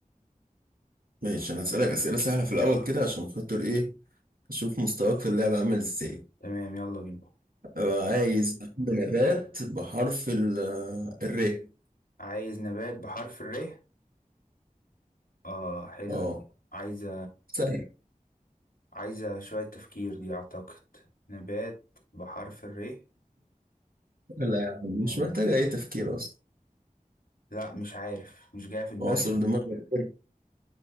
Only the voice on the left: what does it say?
تمام يلا بينا
عايز نبات بحرف الر اه حلوة
دي عايز
عايزة شوية تفكير دي أعتقد نبات بحرف الري
آه.
لا مش عارف مش جاية في دماغي